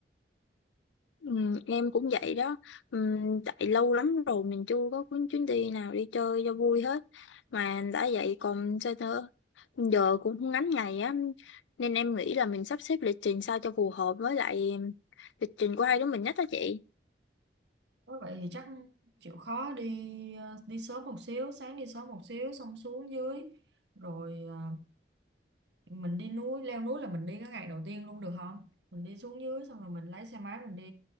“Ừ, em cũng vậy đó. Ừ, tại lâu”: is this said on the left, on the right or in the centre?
Left